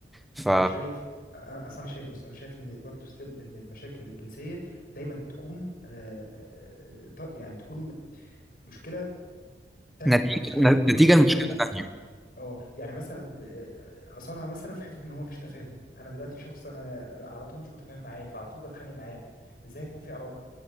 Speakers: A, in the centre; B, on the left.
A: ف
B: طب شايف انا اصل انا شايف بص انا شايف ان برضو ستيل ان المشاكل الجنسيه دايما بتكون آه آه آه، ط- يعني بتكون مشكله تانية
A: نتيجة
B: او مشكله
A: نتيجة
B: ثانويه
A: المشكلة تانية
B: اه يعني مثلا آه، آه، اثرها مثلا في حته ان هو مفيش تفاهم انا دلوقتي شخص انا على طول مش متفاهم معاه فعلى طول بتخانق معاه ازاي هيكون في علاقه